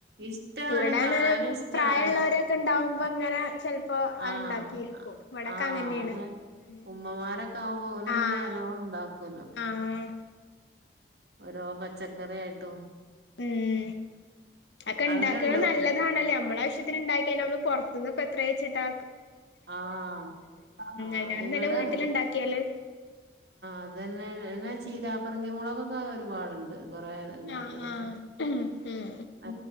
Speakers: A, on the right (about 70°); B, on the left (about 85°).
A: ഇഷ്ടാണ്
B: ഇവിടെങ്ങനെ
A: കാണാനും ഇഷ്ടാണ്!
B: പ്രായള്ളോരൊക്കെ ഇണ്ടാവുമ്പോ ഇങ്ങനെ ചെലപ്പോ അത്
A: ആഹ!
B: ഇണ്ടാക്കിയിരിക്കും ഇവിടൊക്കെ
A: ആഹ!..
B: അങ്ങനെയാണ്
A: അല്ല
B: ഉം
A: ഉമ്മമാരൊക്കെ ആകുമ്പോ പോലും ഇങ്ങനെ
B: ആഹ്
A: നല്ലോണം ഉണ്ടാക്കല്ലോ.
B: ആഹ്
A: ഓരോ പച്ചക്കറ ആയിട്ടും
B: ഉം ഒക്കെ ഇണ്ടാക്കണ
A: അവിടെണ്ടോ
B: നല്ലതാണല്ലേ! നമ്മള ആവശ്യത്തി- ക്കിക്കഴിഞ്ഞു നമ്മള് പുറത്തുന്ന്പ്പൊ എത്രയച്ചിട്ടാ
A: ആഹ ആ
B: അയിനാറും
A: ഇവിടെ
B: നല്ലത് വീട്ടിലിണ്ടാക്കിയാല്
A: ആഹ! അത് തന്നെ എന്നെ
B: ഉം
A: ചീരാപ്പറങ്കി മുളക്കെ ക്ക ഒരുപാടുണ്ട്. കൊറെണ്ട്
B: ആഹ്
A: ഇവിടെക്കെ
B: ആഹ് ഉം ഉം
A: അ